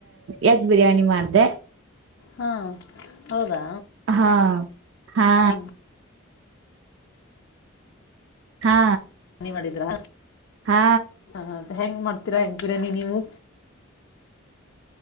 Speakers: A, on the right; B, on the left.
A: ಯಗ್ ಬಿರಿಯಾನಿ ಮಾಡ್ದ
B: ಹಾ ಹೌದಾ
A: ಹಾ ಹಾ
B: ಎಗ್
A: ಹಾ
B: ಮನಿ ಮಾಡಿದ್ರಾ
A: ಹಾ
B: ಹ ಹೆಂಗ್ ಮಾಡ್ತೀರಾ ಯಕ್ ಬಿರಿ್ಯಾನಿ ನೀವು